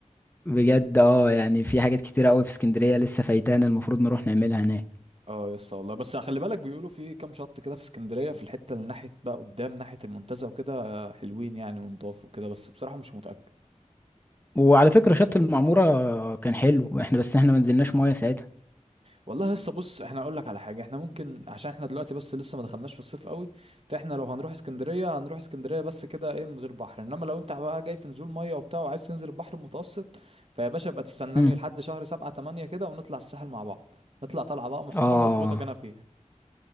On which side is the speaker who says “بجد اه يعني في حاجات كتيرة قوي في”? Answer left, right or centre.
Left